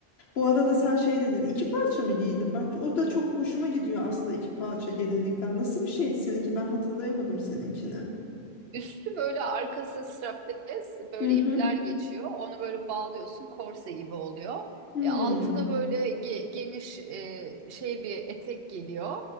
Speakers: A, on the left; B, on the right.
A: Bu arada sen şey dedin. iki parça mı giydin? Bak o da çok hoşuma gidiyor aslında iki parça gelinlikler. Nasıl bir şeydi seninki? Ben hatırlayamadım seninkini.
B: Üstü böyle arkası strapless böyle
A: Hı hı.
B: ipler geçiyor. Onu böyle bağlıyorsun korse gibi oluyor.
A: Hmm.
B: E, altı da böyle ge- geniş e, şey bir etek geliyor.